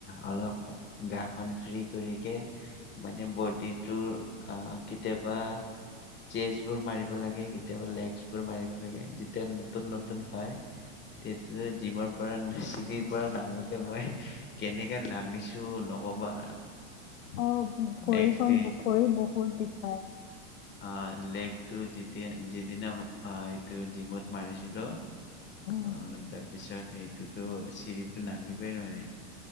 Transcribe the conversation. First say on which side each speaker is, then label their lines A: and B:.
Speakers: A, on the left (about 30°); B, on the left (about 80°).
A: অলপ গাখন ফ্ৰী কৰিকে মানে বডিটোৰ আহ কেতিয়াবা চেচ বোৰ মাৰিব লাগে কেতিয়াবা লেগছ বোৰ মাৰিব লাগে যেতিয়া ন। নতুন নতুন হয় তেতিয়া জিমৰ পৰা চিৰিৰ পৰা নামোতে মই কেনেকে নামিছো নকবা।
B: অ ভৰিখন
A: নেক্সট ডে
B: ভৰি বহুত বিষাই।
A: অহ, লেগটো যেতিয়া যিদিনা এইটো জিমত মাৰিছিলো।
B: উম,
A: অ তাৰপিছত। সেইটোত চিৰিটো নামিবই নোৱাৰে।